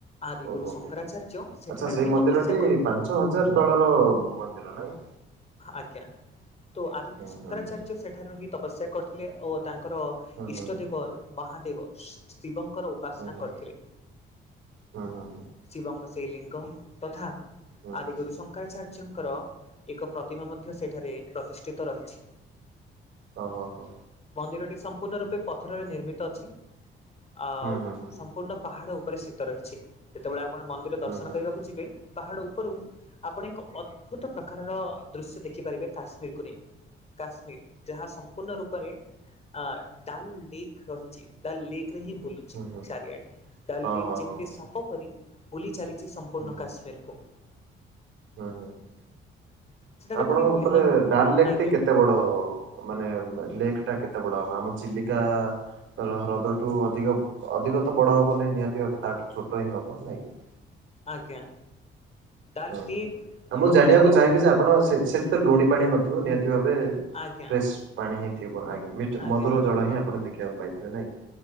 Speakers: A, on the left (about 30°); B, on the right (about 75°).
A: ଆଦିଗୁରୁ
B: ଓହୋ,
A: ଶଙ୍କରାଚାର୍ଯ୍ୟ
B: ହୋ।
A: ସେଠାରେ
B: ଆଚ୍ଛା, ସେଇ
A: ରହି
B: ମନ୍ଦିରଟି
A: ତପସ୍ୟା କରିଥିଲେ।
B: ପାଞ୍ଚ ହଜାର ତଳର ମନ୍ଦିର ନାଇଁ।
A: ଆଜ୍ଞା, ତ ଆଜି <unintelligible>
B: ହୁଁ ହୁଁ ହୁଁ
A: ସେଠାରେ ରହି ତପସ୍ୟା କରିଥିଲେ ଓ ତାଙ୍କର ଇଷ୍ଟ
B: ହୁଁ
A: ଦେବ ମହାଦେବ ଶିବଙ୍କର ଉପାସନା
B: ହୁଁ ହୁଁ
A: କରିଥିଲେ।
B: ହୁଁ ହୁଁ
A: ଶିବଙ୍କ ଶ୍ରୀଲିଙ୍ଗ ତଥା
B: ହୁଁ ହୁଁ ହୁଁ
A: ଆଦି
B: ହୁଁ ହୁଁ
A: ଗୁରୁ ଶଙ୍କ ଶଙ୍କରାଚାର୍ଯ୍ୟଙ୍କର ଏକ ପ୍ରତିମା ମଧ୍ୟ ସେଠାରେ ପ୍ରତିଷ୍ଠିତ ରହିଛି।
B: ଓହୋ, ହଁ।
A: ମନ୍ଦିରଟି ସମ୍ପୂର୍ଣ୍ଣ ରୂପେ ପଥରରେ ନିର୍ମିତ ଅଛି। ଆଉ
B: ହୁଁ ହୁଁ ହୁଁ
A: ସମ୍ପୂର୍ଣ୍ଣ ପାହାଡ଼ ଉପ ଉପରିସ୍ଥିତ ରହିଛି। ଯେତେବେଳେ ଆପଣ ମନ୍ଦିର
B: ହୁଁ
A: ଦର୍ଶନ
B: ହୁଁ
A: କରିବାକୁ
B: ହୁଁ
A: ଯିବେ, ପାହାଡ ଉପରୁ ଆପଣ ଏକ ଅଦ୍ଭୁତ ପ୍ରକାରର ଦୃଶ୍ୟ ଦେଖିପାରିବେ କାଶ୍ମୀରକୁ ନେଇ କାଶ୍ମୀର ଯାହା ସମ୍ପୂର୍ଣ୍ଣ ରୂପରେ ଅ ଡାଲ୍ ଲେକ୍ ରହିଛି ଡଲ ଲେକ ରେ ହିଁ ବୁଲୁଛି।
B: ହୁଁ ହୁଁ।
A: ଚାଲିଆଡ଼େ ଡା
B: ହଁ
A: ଲିକ
B: ହଁ
A: ଯେମିତି
B: ହଁ ହଁ
A: ସାପ ପରି ବୁଲି ଚାଲିଛି ସମ୍ପୂର୍ଣ୍ଣ
B: ହୁଁ
A: କାଶ୍ମୀରକୁ।
B: ହୁଁ ହୁଁ ହୁଁ
A: ସେଠାରେ
B: ଆପଣଙ୍କ
A: ପୁଣି
B: ମତରେ
A: ଭିନ୍ନ ଭିନ୍ନ
B: ଡାଲ ଲେକ୍ଟି
A: ଆଜ୍ଞା
B: କେତେ ବଡ? ମାନେ ଲେକ୍ ଟା କେତେ ବଡ ହବ ଆମ ଚିଲିକା ହ୍ରଦଠୁ ଅଧିକ ଅଧିକ ତ ବଡ ହବ ନାଇଁ ନିହାତି ଭାବେ ତାଠୁ ଛୋଟ ହିଁ ହବ ନାଇଁ କିି?
A: ଆଜ୍ଞା। ଡାଲ୍
B: ଓଁ
A: ଲେକ୍
B: ହ ଆଉ ମୁଁ
A: ରହିଛି
B: ଜାଣିବାକୁ
A: ତ
B: ଚାହିଁବି ଯେ ଆପଣ ସେଠି ତ ଲୁଣି ପାଣି ନଥିବ ନିହାତି ଭାବେ
A: ଆଜ୍ଞା
B: ଫ୍ରେଶ୍ ପାଣି ହିଁ ଥିବ ଆଜ୍ଞା ମିଠ
A: ଆଜ୍ଞା
B: ମଧୁର ଜଳ ହିଁ ଆପଣ ଦେଖି ପାଇଥିବେ ନାଇଁ